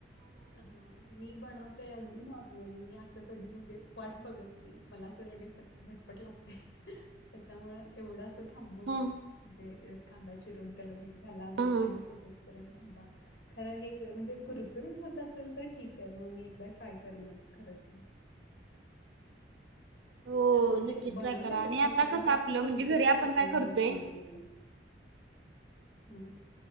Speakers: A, on the left; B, on the right.
A: हा मी बनवत ते अगदी नॉर्मल मी असं कधी म्हणजे वाट बघत नाही मला असं लगेच झटपट लागते. त्याच्यामुळें एवढाच. थांबून
B: हा
A: म्हणजे
B: ह
A: कांदा चिरवून त्याला मीठ घाला मग
B: ह
A: पाणी
B: ह
A: सुटेपर्यंत थांबा. खर हे म्हणजे कुरकुरीत होत. असेल तर ठीक आहे मग मी एकदा ट्राय करेनच खरचं.
B: हो
A: म्हणजे
B: नक्कीच
A: बनवते
B: ट्राय करा आणि
A: तसं
B: आता
A: परंतु
B: कसं
A: अशी
B: आपलं
A: कुरकुरीत
B: म्हणजे घरी आपण
A: होत नाही
B: काय
A: मी
B: करतोय
A: बनवलेलं. हम्म